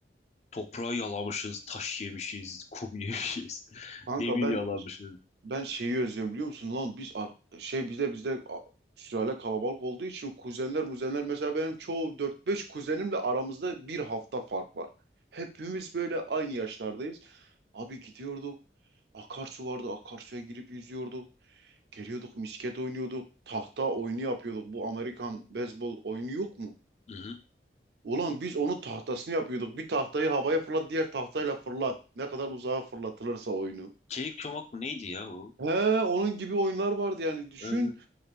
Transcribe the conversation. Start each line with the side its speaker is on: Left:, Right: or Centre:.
Left: Toprağı yalamışız, taş yemişiz, kum <laughs> yemişiz,
Right: kanka
Left: demir
Right: ben
Left: yalamışız.
Right: ben şeyi özlüyorum biliyor musun lan biz ar- şey bizde bizde a- sülale kalabalık olduğu için kuzenler muzenler mesela benim çoğu dört beş kuzenimle aramızda bir hafta fark var. Hepimiz böyle aynı yaşlardayız. Abi gidiyorduk. Akarsu vardı. Akarsuya girip yüzüyorduk. Geliyorduk misket oynuyorduk. Tahta oyunu yapıyorduk. Bu Amerikan beyzbol oyunu yok mu?
Left: Hı hı.
Right: Ulan biz onun tahtasını yapıyorduk. Bir tahtayı havaya fırlat, diğer tahtayla fırlat. Ne kadar uzağa fırlatılırsa oyunu.
Left: Çelik çomak mı neydi ya o?
Right: He, onun gibi oyunlar vardı yani düşün.
Left: Evet.